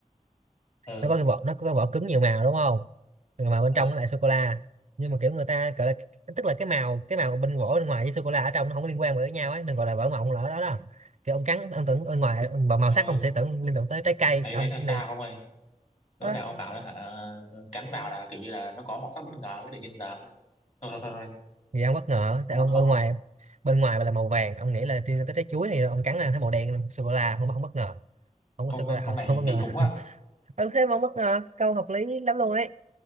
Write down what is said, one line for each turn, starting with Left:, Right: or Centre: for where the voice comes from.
Left: ừ
Right: nó có cái vỏ nó có cái vỏ cứng nhiều màu đúng không mà bên
Left: ờ,
Right: trong nó lại sô cô la nhưng mà kiểu người ta gọi là tức là cái màu cái màu bên vỏ bên ngoài với sô cô la ở trong nó không liên quan với nhau ấy đừng gọi là vỏ mộng lỡ đó đó thì ông cắn ông tưởng bên ngoài ông-
Left: ờ,
Right: màu sắc ông sẽ tưởng liên tưởng tới trái cây
Left: thấy
Right: đó
Left: thấy sao
Right: này
Left: sao ông ơi rõ
Right: đó.
Left: ràng ông bảo là hả Ờ, cắn vào là kiểu như là nó có màu sắc bất ngờ ấy, tự nhiên giờ thôi thôi thôi, thôi.
Right: thì ông bất ngờ
Left: không
Right: tại ông
Left: không
Right: bên
Left: không
Right: ngoài bên ngoài là màu vàng ông nghĩ là liên tưởng tới trái chuối thì ông cắn là thấy màu đen sô cô la không không bất ngờ không
Left: câu
Right: có sô
Left: câu
Right: cô la
Left: câu này
Right: <laughs> không bất
Left: kỳ
Right: ngờ
Left: cục quá
Right: ừ thế mà ông bất ngờ câu hợp lý lắm luôn ấy